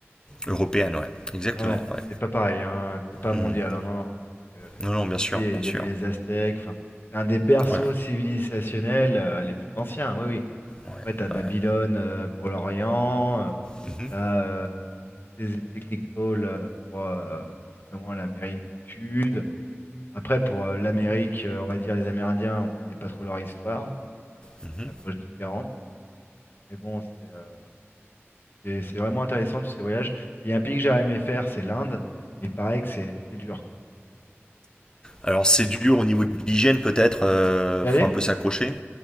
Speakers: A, on the left; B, on the left.
A: Européenne, ouais. Exactement,
B: Ouais,
A: ouais.
B: c'est pas pareil, hein. C'est pas mondial,
A: Mhm.
B: hein, non, non. Parce que, euh, de
A: Non, non,
B: l'autre
A: bien
B: côté,
A: sûr, bien
B: il
A: sûr.
B: y avait les Aztèques. Enfin, c'est un des berceaux
A: Ouais,
B: civilisationnels, euh, les plus anciens. Oui, oui.
A: ouais,
B: Ouais, t'as Babylone
A: ouais.
B: euh, pour l'Orient, euh,
A: Mhm,
B: t'as euh, des Technical euh, pour euh, justement l'Amérique du Sud. Après, pour euh, l'Amérique, euh, on va dire les Amérindiens, on connaît pas trop leur histoire. C'est
A: mhm.
B: une approche différente. Mais bon, c'est euh, c'est- c'est vraiment intéressant tous ces voyages. Il y a un pays que j'aurais aimé faire, c'est l'Inde. Mais pareil que c'est c'est dur quand même.
A: Alors c'est dur au niveau de l'hygiène peut-être, euh,
B: Y aller?
A: faut un peu s'accrocher.